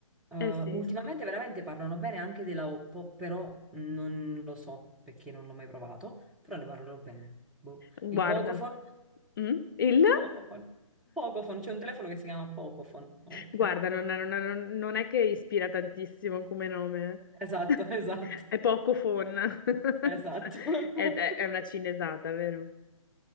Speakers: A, in the centre; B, on the left.
A: Eh,
B: Eh sì,
A: ultimamente veramente parlano bene anche della Oppo, però non lo so perché non l'ho mai provato, però ne parlano bene. Boh.
B: guarda.
A: Il Pocophone,
B: Mm? Il?
A: Pocophone, Pocophone, c'è un telefono che si chiama Pocophone, ok?
B: Guarda, non, non- non- è- non è che ispira tantissimo come nome.
A: Esatto,
B: <laughs>
A: esatto,
B: È poco fonna. <laughs> Cioè,
A: esatto. <laughs>
B: È, è- è una cinesata, vero?